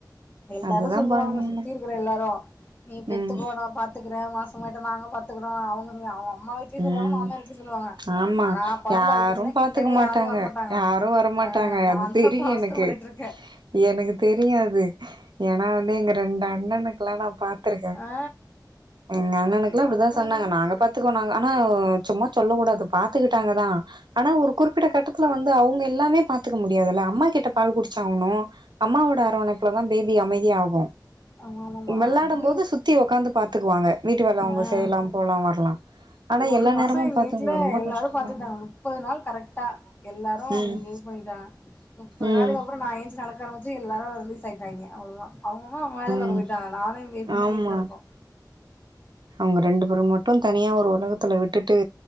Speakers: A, on the left (about 25°); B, on the right (about 75°).
A: எல்லாரு
B: அதுதா
A: சொல்லுவாங்க
B: பண்ணு
A: சுத்தி இருக்குற எல்லாரு நீ பெத்துக்கோ
B: ம்
A: னா பாத்துக்கறே நாஸ் ங்கட்டு நாங்க பாத்துக்குறோ அவங்களுமே ஆவோ அம்மா வீட்டுலயு
B: ம்
A: சொல்லுவாங்க மாமியார் வீட்டுலயு சொல்வாங்க
B: ஆமா
A: ஆனா கொழந்த
B: யாரு
A: அழுதுச்சுனா
B: பாத்துக்க
A: கிட்டக்க
B: மாட்டாங்க
A: யாரு வரமாட் டாங்க
B: யாரு வரமாட்டாங்க
A: ஆ நாதா
B: அது தெரியு
A: இப்பஅவஸ்த்தப்பட்டுட்ருக்கே
B: எனக்கு எனக்கு தெரியாது ஏன்னா வந்து எங்க ரெண்டு அண்ணனு கலா நா பாத்திருக்கே
A: ஆ
B: எங்க அண்ணனுக்குலா அப்டிதா
A: எப்படா
B: சொன்னாங்க நாங்க பாத்துக்கோ நாங் ஆனா சும்மா சொல்ல கூடாது பாத்துக்கிட்டாங்க தா ஆனா ஒரு குறிப்பிட்ட கட்டத்துல வந்து அவங்க எல்லாமே பாத்துக்க முடியாதுல்ல அம்மா கிட்ட பால் குடிச்சாகனு அம்மாவோட அரவணைப்புலதா பேபி அமைதியாகு
A: ஆமாமாமா
B: மிளாடும்
A: அது
B: போது சுத்தி உக்காந்து பாத்துக்குவாங்க வீட்டு வேல
A: ஆ
B: அவங்க செய்லா போலா வரலா ஆனா
A: ஒரு
B: எல்லா
A: மாசோ
B: நேரமு
A: எங்க
B: பாத்துங்களே
A: வீட்டுல
B: ரொம்ப
A: எல்லாரு
B: கஷ்டமா
A: பாத்துட்டாங்க
B: இருக்கு
A: முப்பது நாள் கரெக்டா எல்லாரு
B: ம்
A: இங்க இது பண்ணிட்டாங்க முப்பது
B: ம்
A: நாளைளுக்கு அப்புறோ நா ஏன்ச்சி நடக்க காரம்சி எல்லாரு ரிலீஸ் ஆயிட்டாங்க அவ்லதா அவங்க அவ்ங்க அவ்ங்க வேலைய பாக்க
B: ம்
A: போயிட்டாங்க நானு எ பேபியுந்தா
B: ஆமா
A: வீட்ல இருக்கோ
B: அவங்க ரெண்டு பேரு மட்டு தனியா ஒரு உலகத்துல விட்டுட்டு